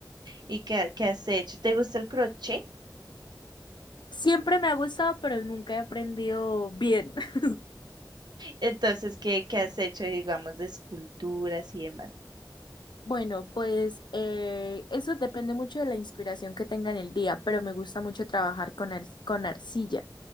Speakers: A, on the right; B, on the left.
A: ¿Y qué, qué has hecho? ¿Te gusta el crochet?
B: Siempre me ha gustado, pero nunca he aprendido bien. <laughs>
A: Entonces, ¿qué, qué has hecho, digamos, de esculturas y demás?
B: Bueno, pues eh, eso depende mucho de la inspiración que tenga en el día, pero me gusta mucho trabajar con, ar- con arcilla.